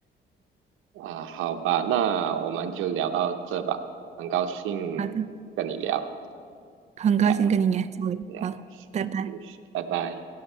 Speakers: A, on the right; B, on the right.
A: 啊，好吧，那我们就聊到这吧，很高兴跟你聊
B: 好的，很高兴跟你研究，
A: 呀呀，
B: 好，拜拜。
A: 嗯，拜拜。